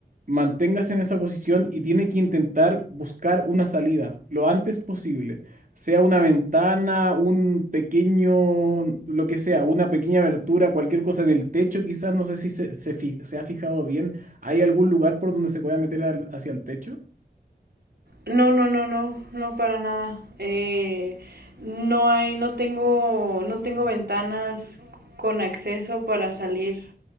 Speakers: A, on the right (about 55°); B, on the right (about 75°).
A: manténgase en esa posición y tiene que intentar buscar una salida lo antes posible. Sea una ventana, un pequeño, lo que sea, una pequeña abertura, cualquier cosa en el techo, quizás, no sé si se, se fi- se ha fijado bien. ¿Hay algún lugar por donde se pueda meter al- hacia el techo?
B: No, no, no, no, no para nada. Eh, no hay, no tengo, no tengo ventanas con acceso para salir,